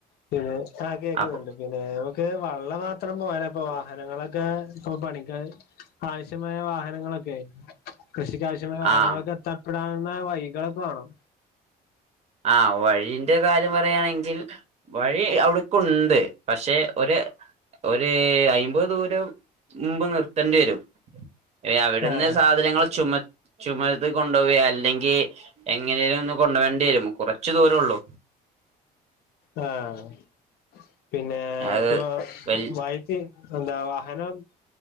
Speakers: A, on the left; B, on the right.
A: പിന്നെ ആ കേക്കുന്നുണ്ട്
B: അപ്പൊ
A: പിന്നെ ക്ക് വെള്ളം മാത്രം പോയാല ഇപ്പൊ വാഹനങ്ങളൊക്കെ ഇ പണിക്ക ആവശ്യമായ വാഹനങ്ങളൊക്കെയി കൃഷിക്കാവശ്യമായ വാഹനങ്ങളൊക്കെ
B: ആഹ്
A: എത്താപ്പെടാവുന്ന വൈകളൊക്കെ വേണം
B: ആ വഴിന്റെ കാര്യം പറയുകയാണെങ്കിൽ വഴി അവിടക്കുണ്ട് പക്ഷെ ഒരു ഒരു അയിമ്പത് ദൂരം മുമ്പ് നിർത്തേണ്ടി വരും അവിടെന്ന്
A: ആഹ്
B: സാധനങ്ങൾ ചുമ ചുമത്ത് കൊണ്ടുപോയിയല്ല അല്ലെങ്കിൽ എങ്ങനേലും ഒന്ന് കൊണ്ട വേണ്ടി വരും കുറച്ചു ദൂരള്ളൂ
A: ആഹ പിന്നെ
B: അത്
A: ഇപ്പൊ <unintelligible>
B: വൽ
A: എന്താവാ വഹനം